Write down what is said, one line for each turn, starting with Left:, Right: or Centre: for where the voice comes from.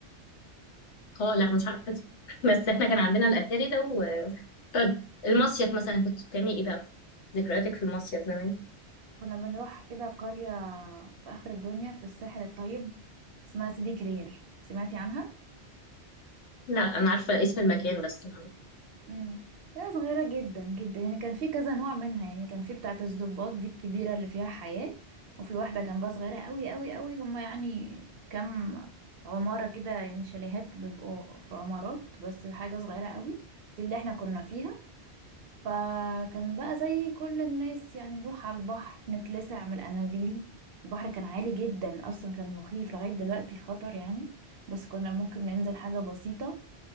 Left: اه لا مش عارفه <laughs> بس احنا كان عندنا الاتاري ده و... طب المصيف مثلا كنت بتعملي ايه بقى ذكرياتك في المصيف زمان
Right: كنا بنروح كده قرية في آخر الدنيا في الساحل الطيب اسمها سيدي كرير سمعتي عنها؟
Left: لا انا عارفه اسم المكان بس
Right: امم لا صغيرة جدا جدا يعني كان في كذا نوع منها يعني كان في بتاعة الضباط دي الكبيرة اللي فيها حياة وفي واحدة جنبها صغيرة قوي قوي قوي هما يعني كام عمارة كده يعني شاليهات بيبقوا في عمارات بس حاجة صغيرة قوي دي اللي احنا كنا فيها فكان بقى زي كل الناس يعني نروح على البحر نتلسع من الاناديل البحر كان عالي جدا اصلا كان مخيف لغاية دلوقتي خطر يعني بس كنا ممكن ننزل حاجة بسيطة